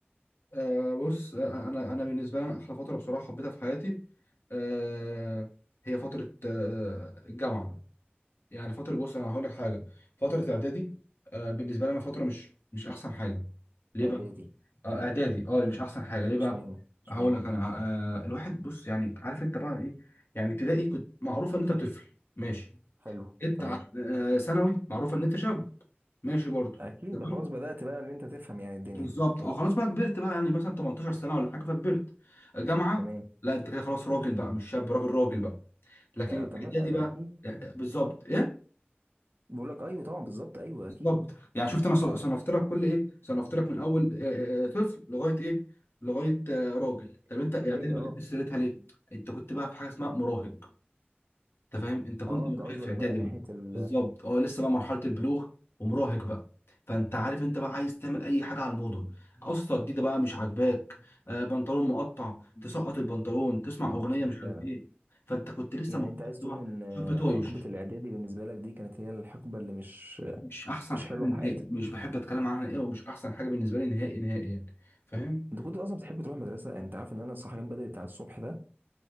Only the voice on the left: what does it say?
آه بص آه، انا انا بالنسبه لي انا احلى فتره بصراحه حبيتها في حياتي آه هي فتره آه الجامعه يعني فتره بص انا هقول لك حاجه فتره الاعدادي آه بالنسبه لي انا فتره مش مش احسن حاجه ليه
بقى آه اعدادي اه مش احسن حاجه ليه بقى
هقول لك انا آه الواحد بص يعني عارف انت بقى ايه يعني ابتدائي كنت معروف ان انت طفل ماشي
جيت
على آه ثانوي معروف ان انت شاب ماشي برضه
تمام
بالظبط اه خلاص بقى كبرت بقى يعني مثلا 18 سنه ولا حاجه فكبرت جامعه
لا انت كده خلاص راجل بقى مش شاب راجل راجل بقى لكن
الاعدادي
بقى
يعني بالظبط ايه
بالظبط
يعني شفت انا صن- صنفت لك كل ايه صنفت لك من اول آه، آه، اه، طفل لغايه ايه لغايه آه، راجل طب انت
اعدادي ما
جبتش سيرتها ليه انت كنت بقى في حاجه اسمها مراهق انت فاهم انت كنت
مراهق
في اعدادي
بقى
بالظبط اه لسه بقى مرحله البلوغ ومراهق بقى فانت عارف انت بقى عايز تعمل اي حاجه على الموضه قصه جديده بقى مش عاجباك آه بنطلون مقطع تسقط البنطلون تسمع اغنيه
مش عارف
ايه فانت كنت لسه
مقتنع
شاب طايش
مش احسن
حاجه
نهائي
مش بحب اتكلم عنها ايه ومش احسن حاجه بالنسبه لي نهائي نهائي يعني فاهم